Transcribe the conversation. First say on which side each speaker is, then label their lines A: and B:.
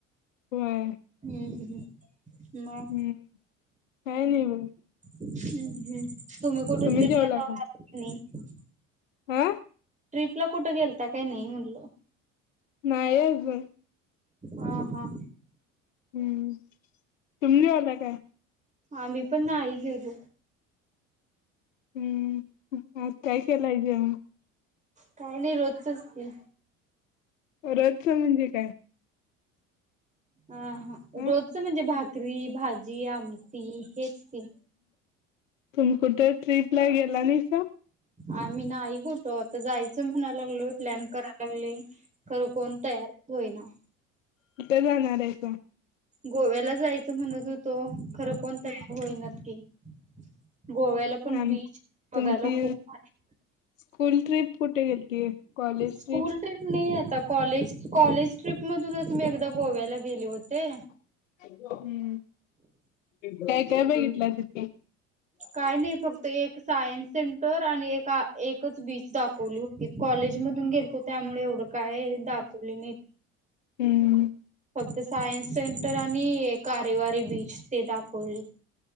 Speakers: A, on the left; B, on the right.
A: होय
B: हम्म हम्म. <unintelligible> मग
A: हम्म काय नाही बाई.
B: हम्म हम्म. तुम्ही कुठे ट्रिपला
A: जेवला
B: जाऊन
A: का
B: आले की नाही.
A: हा
B: ट्रिपला कुठं गेलत्या का नाही म्हणल.
A: नाय आजुन.
B: हा हा.
A: हम्म. तुम्ही <unintelligible> काय.
B: आम्ही पण नाही गेलो.
A: हम्म. आज काय केलंय जेव
B: काही नाही रोजच ते.
A: रोजच म्हणजे काय
B: हा हा
A: ह
B: रोजच म्हणजे भात क्री भाज जी आमटी हेच की.
A: तुम्ही कुठ ट्रिप ला गेला नाही. <unintelligible>
B: आम्ही नाही कुठं आता जायचं म्हणा लागलो प्लॅन करालागले खरं कोण तयार होईना.
A: कुठे <unintelligible>
B: गोव्याला जायच म्हणत होतो. खरं कोण तयार होईनात. <unintelligible> गोव्याला पण
A: आम
B: बीच बघायला
A: तुमची
B: खूप भारी <unintelligible>
A: स्कूल ट्रिप कुठे गेलती कॉलेज
B: स्कूल
A: ट्रिप.
B: नाही आता कॉलेज कॉलेज ट्रिप मधूनच मी एकदा गोव्याला गेले होते.
A: <unintelligible> हम्म. काय काय बघितलं ति <unintelligible>
B: काय नाही फक्त एक सायन्स सेंटर आणि एका एक <unintelligible> बीच दाखवली होती कॉलेज मधून गेलतो त्यामुळे एवढं काय दाखवले नाही.
A: हम्म.
B: फक्त सायन्स सेंटर आणि कारेवारी बीच ते दाखवली.